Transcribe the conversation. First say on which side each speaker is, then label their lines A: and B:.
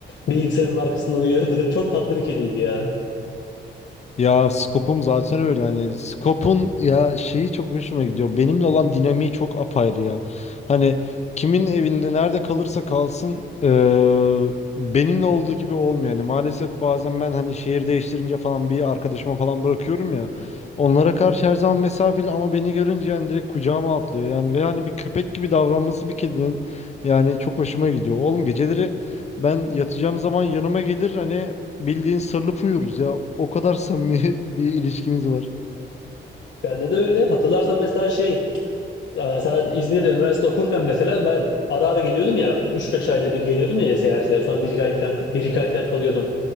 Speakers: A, on the left; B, on the left.
A: Bilgisayarın arkasında uyuyordu. <laughs> Çok tatlı bir kediydi ya.
B: Ya Skop'um zaten öyle hani Skop'un ya şeyi çok hoşuma gidiyor. Benimle olan dinamiği çok apayrı ya. Hani kimin evinde nerede kalırsa kalsın eee, benimle olduğu gibi olmuyor. Yani maalesef bazen ben hani şehir değiştirince falan bir arkadaşıma falan bırakıyorum ya. Onlara karşı her zaman mesafeli ama beni görünce yani direkt kucağıma atlıyor. Yani ve hani bir köpek gibi davranması bir kedinin yani çok hoşuma gidiyor. Oğlum geceleri ben yatacağım zaman yanıma gelir hani bildiğin sarılıp uyuruz ya. O kadar samimi <laughs> bir ilişkimiz var.
A: Bende de öyle. Hatırlarsan mesela şey Ya sen İzmir'de üniversite okurken mesela ben ara ara geliyordum ya üç beş ayda bir geliyordum ya ziyarete sonra bir iki ay falan, 1-2 ay falan kalıyordum.